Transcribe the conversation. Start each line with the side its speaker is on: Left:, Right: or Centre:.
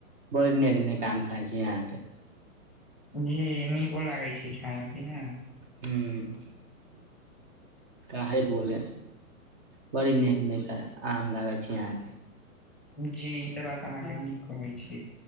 Right: बड़ नीक आम खाइ छै आहाँ के
Centre: जी नीको लागै छै खाय मे कि न
Right: हू काहे बोले बड़ी नीक नीक आम लागे छी अहाँके
Centre: जी ई तऽ बात अहाँके न कहै छी